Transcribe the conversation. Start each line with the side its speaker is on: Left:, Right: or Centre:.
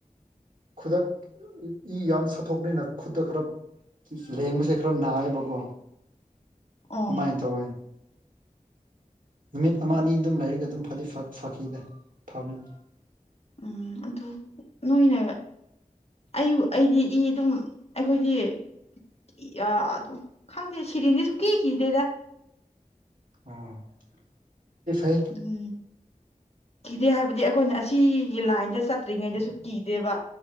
Right: ꯈꯨꯗꯛ ꯏ ꯌꯥꯝ ꯁꯥꯠꯊꯣꯛꯅꯤꯅ ꯈꯨꯗ ꯈꯔ ꯂꯦꯡꯕꯁꯦ꯫ ꯈꯔ ꯅꯥꯏꯕꯀꯣ
Left: ꯑꯣ
Right: ꯑꯗꯨꯃꯥꯏꯅ ꯇꯧꯋꯦ꯫ ꯅꯨꯃꯤꯠ ꯑꯃ ꯑꯅꯤ ꯑꯗꯨꯝ ꯂꯥꯏꯔꯒ ꯑꯗꯨꯝ ꯐꯗꯤ ꯐꯈꯤꯗ ꯐꯪꯅꯤ
Left: ꯎꯝ ꯑꯗꯨ ꯅꯣꯏꯅ ꯑꯩꯕꯨ ꯑꯩꯗꯤ ꯏ ꯑꯗꯨꯝ ꯑꯩꯈꯣꯏꯗꯤ ꯏ ꯑ ꯑꯗꯨꯝ ꯈꯪꯗꯦ ꯁꯤꯔꯤꯗꯤ ꯁꯨꯀꯤ ꯀꯗꯦꯗ꯫
Right: ꯑꯥ ꯐꯥꯏ
Left: ꯑꯗꯨꯝ ꯀꯤꯗꯦ ꯍꯥꯏꯕꯗꯤ ꯑꯩꯈꯣꯏꯅ ꯑꯁꯤꯒꯤ ꯂꯥꯏꯟꯗ ꯆꯠꯇ꯭ꯔꯤꯉꯩꯗꯁꯨ ꯀꯤꯗꯦꯕ